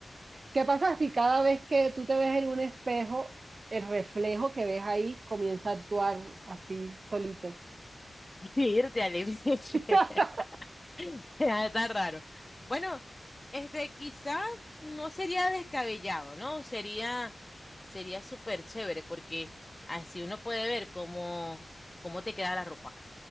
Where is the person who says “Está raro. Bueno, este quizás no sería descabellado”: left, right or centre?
Left